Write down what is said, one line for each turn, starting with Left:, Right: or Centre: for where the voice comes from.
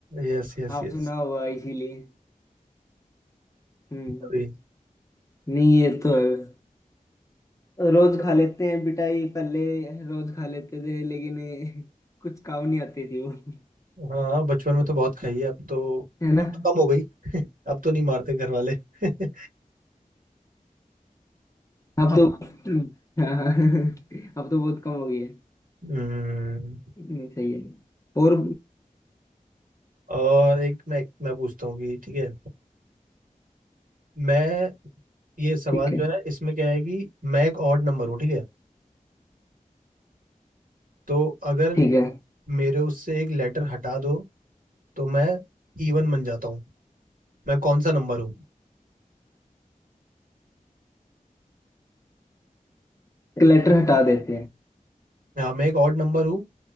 Right: यस यस
Left: आप
Right: यस
Left: सुना होगा इसीलिए हम्म
Right: अभी
Left: नहीं ये तो है रोज खा लेते हैं पिटाई पहले रोज खा लेते थे लेकिन <laughs> कुछ काम नहीं आती थी वो <laughs>
Right: हाँ बचपन में तो बहुत खाई है अब तो
Left: है ना
Right: अब तो कम हो गई <laughs> अब तो नहीं मारते घर वाले <laughs>
Left: अब तो <laughs> हाँ हाँ अब तो बहुत कम हो गई है
Right: हम्म
Left: नहीं सही है और
Right: और एक मैं मैं पूछता हूँ कि ठीक है मैं ये सवाल
Left: ठीक है
Right: जो है इसमें क्या है कि मैं एक ऑड नंबर हूँ ठीक है तो अगर
Left: ठीक है
Right: मेरे उससे एक लेटर हटा दो तो मैं इवन बन जाता हूँ मैं कौन सा नंबर हूँ
Left: क्लटर हटा देते हैं
Right: हाँ मैं एक ऑड नंबर हूँ